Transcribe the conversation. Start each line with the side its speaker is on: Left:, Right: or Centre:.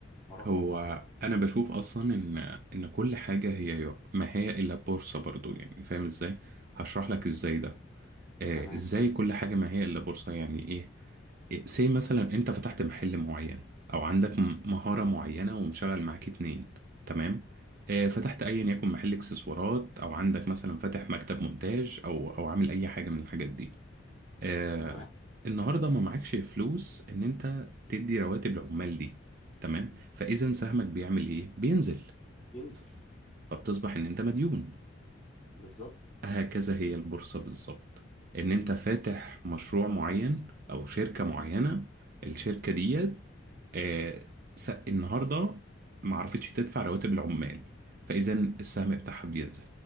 Centre: رقم
Right: هو
Centre: معين
Right: انا بشوف اصلا
Centre: أوف.
Right: ان ان كل حاجه هي ما هي الا بورصه برضو يعني فاهم ازاي هشرح لك ازاي ده آه
Centre: تمام
Right: ازاي كل حاجه ما هي الا بورصه يعني ايه إيه، سي مثلا انت فتحت محل معين او عندك م- مهارة معينة ومشغل معاك اتنين تمام آه، فتحت ايا يكن محل اكسسوارات او عندك مثلا فاتح مكتب مونتاج او او عامل اي حاجة من الحاجات دي آه
Centre: تمام
Right: النهارده ما معكش فلوس ان انت تدي رواتب العمال دي تمام فاذا سهمك بيعمل ايه بينزل
Centre: ينزل
Right: ف- فبتصبح ان انت مديون
Centre: بالظبط
Right: هكذا هي البورصة بالظبط ان انت فاتح مشروع معين او شركة معينة الشركة دي آه، س- النهارده ما عرفتش تدفع رواتب العمال فاذا السهم بتاعها بينزل